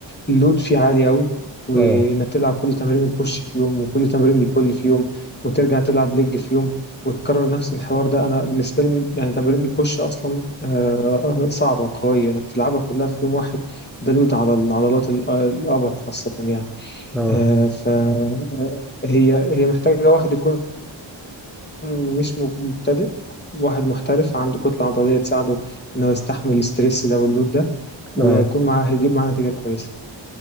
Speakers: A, on the left (about 20°); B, in the centre.
A: اللود فيه عالي قوي وانك
B: اه
A: تلعب كل تمارين البوش في يوم وكل تمارين البول في يوم وترجع تلعب ليج في يوم وتكرر نفس الحوار ده انا بالنسبه لي يعني تمارين البوش اصلا آه، صعبه وقويه انك تلعبها كلها في يوم واحد ده لود على العضلات الأ- الابر خاصه يعني
B: اه
A: آه، فهي هي محتاجه واحد يكون مش مب- مبتدئ واحد محترف عنده كتلة عضلية تساعده إنه يستحمل الستريس ده واللود ده وهيكون
B: اه
A: معاه هيجيب معاه نتيجة كويسة